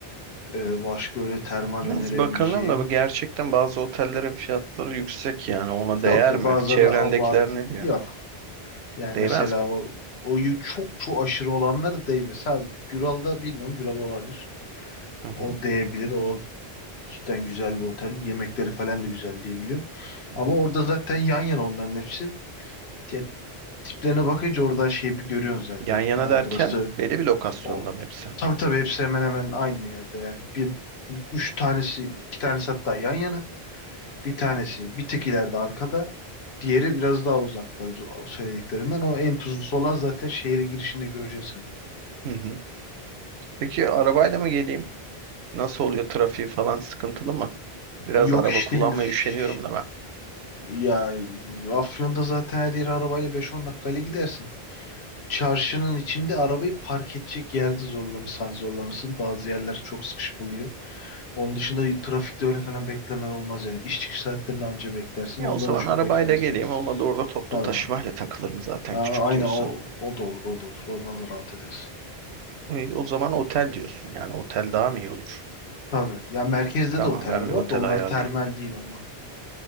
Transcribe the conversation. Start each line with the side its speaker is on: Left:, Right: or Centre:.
Left: Ee, başka öyle termal
Right: Biraz
Left: önerebileceğim.
Right: bakındım da bu gerçekten bazı otellerin fiyatları yüksek yani ona değer
Left: Yok ya
Right: mi?
Left: bazıları
Right: Çevrendekiler
Left: abartı
Right: ne diyor?
Left: yok. Yani
Right: Değmez
Left: mesela
Right: mi?
Left: o o yü- çok çok aşırı olanları değmez. Ha Güral'da bilmiyorum Güral olabilir.
Right: Hı
Left: O
Right: hı,
Left: değebilir. O cidden güzel bir otel. Yemekleri falan da güzel diye biliyorum.
Right: hı
Left: Ama
Right: hı.
Left: orada zaten yan yana onların hepsi. Ya, tiplerine bakınca oradan şeyi bir görüyorsun zaten.
Right: Yan yana
Left: Aa
Right: derken
Left: burası
Right: belli bir lokasyonda
Left: O
Right: mı hepsi?
Left: tabii tabii hepsi hemen hemen aynı yerde yani. Bir üç tanesi, iki tanesi hatta yan yana. Bir tanesi bir tık ileride arkada. Diğeri biraz daha uzakta o söylediklerimden. O en tuzlusu olan zaten şehre girişinde göreceksin sen onu.
Right: Hı hı. Peki arabayla mı geleyim? Nasıl oluyor trafiği falan sıkıntılı mı? Biraz
Left: Yok
Right: araba
Left: iş
Right: kullanmaya
Left: değildir.
Right: üşeniyorum da ben.
Left: Ya Afyon'da zaten her yere arabayla beş on dakikayla gidersin. Çarşının içinde arabayı park edecek yerde zorlanırsan zorlanırsın. Bazı yerler çok sıkışık oluyor. Onun dışında trafikte öyle falan beklemen olmaz yani. İş çıkış saatlerinde anca beklersin.
Right: Ya
Left: Onda
Right: o zaman
Left: da çok
Right: arabayla
Left: beklemezsin.
Right: geleyim. Olmadı orada toplu
Left: Tabii.
Right: taşımayla takılırım zaten
Left: Ha,
Right: küçük
Left: aynen
Right: diyorsun.
Left: o, o da olur o da olur. Ondan da rahat edersin.
Right: E, o zaman otel diyorsun. Yani otel daha mı iyi olur?
Left: Tabii. Ya merkezde
Right: Tamam
Left: de oteller
Right: ben
Left: var
Right: bir otel
Left: da onlar
Right: ayarlayayım.
Left: termal değil ama.